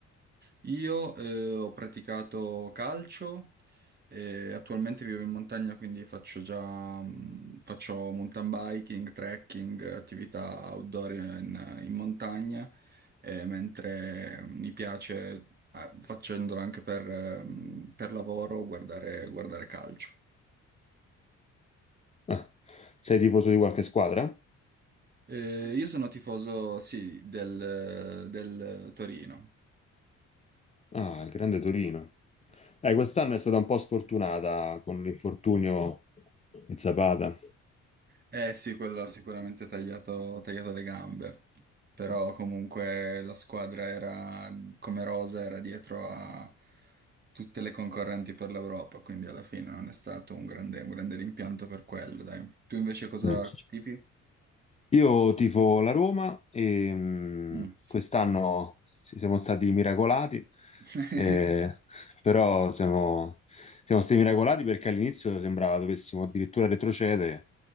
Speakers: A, on the right (about 35°); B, on the left (about 20°).
A: Io eh, ho praticato calcio e attualmente vivo in montagna, quindi faccio già mh, faccio mountain biking, trekking, attività outdoor in, in montagna, eh, mentre mm, mi piace, ah, facendolo anche per, ehm, per lavoro, guardare, guardare calcio.
B: Ah, sei tifoso di qualche squadra?
A: Eh, io sono tifoso, sì, del, del Torino.
B: Ah, il grande Torino. Eh, quest'anno è stata un po' sfortunata con l'infortunio di Zapata.
A: Eh sì, quello ha sicuramente tagliato, ha tagliato le gambe, però
B: Mm.
A: comunque la squadra era, come rosa, era dietro a tutte le concorrenti per l'Europa, quindi alla fine non è stato un grande, un grande rimpianto per quello, dai. Tu invece cosa
B: Mm.
A: cosa tifi?
B: Io tifo la Roma e mh,
A: Mm.
B: quest'anno si- siamo stati miracolati,
A: <laughs>
B: eh, però siamo, siamo stati miracolati perché all'inizio sembrava dovessimo addirittura retrocedere,